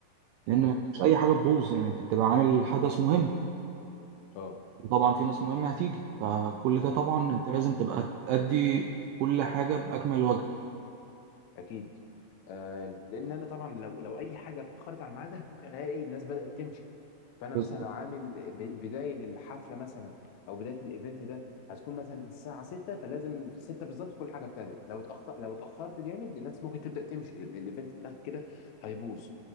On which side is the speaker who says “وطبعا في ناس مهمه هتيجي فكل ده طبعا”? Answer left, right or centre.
Right